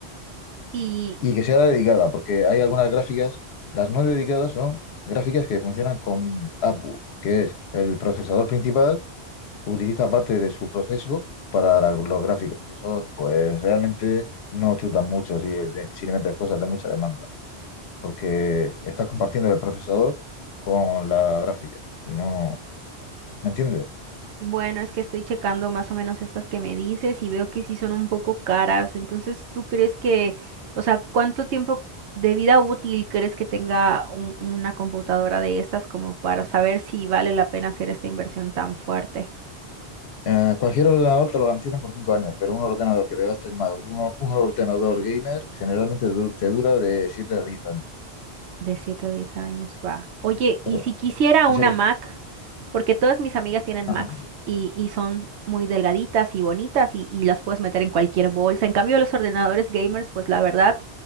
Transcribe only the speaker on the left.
y que sea dedicada, porque hay algunas gráficas, las no dedicadas son gráficas que funcionan con APU, que es el procesador principal, utiliza parte de su proceso para la- los gráficos. Eso, pues realmente no chutan mucho si, de- si le metes cosas de mucha demanda, porque estás compartiendo el procesador con la gráfica y no, ¿me entiendes?
Eh, cualquier ordenador te lo garantizan por 5 años, pero un ordenador que te gastes más, un, un ordenador gamer, generalmente du- te dura de 7 a 10 años.
Claro,
no se les-
Ajá.